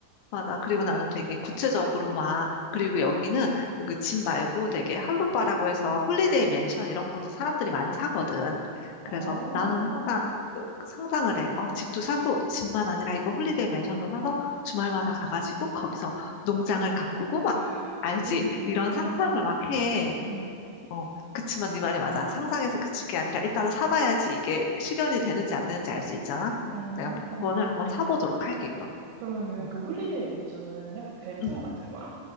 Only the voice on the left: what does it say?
맞아. 그리고 나는 되게 구체적으로 막, 그리고 여기는 그 집 말고 되게 할로빠라고 해서 홀리데이 맨션 이런 것도 사람들이 많이 사거든. 그래서
나는 항상 그- 그 상상을 해. 어, 집도 사고, 집만 아니라 이거 홀리데이 맨션도 사서 주말마다 가가지고 거기서 농장을 가꾸고 막,
알지?
이런
상상을 막 해.
어, 그치만 네 말이 맞아. 상상해서 그칠 게 아니라 일단은 사봐야지 이게 실현이 되는지 안 되는지 알 수 있잖아.
내가 복권을 한번 사보도록 할게, 그럼.
음.
음.